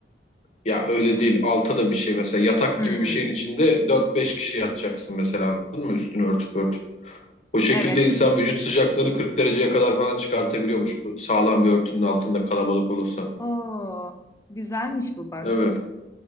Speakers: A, on the left (about 40°); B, on the left (about 15°).
A: Ya öyle değil. Alta da bir şey mesela yatak
B: Hmm,
A: gibi bir şeyin içinde dört beş kişi yatacaksın mesela anladın mı? Üstünü örtüp örtüp. O şekilde
B: evet.
A: insan vücut sıcaklığını 40 dereceye kadar falan çıkartabiliyormuş. Sağlam bir örtünün altında kalabalık olursa.
B: Oo, güzelmiş bu bak.
A: Evet.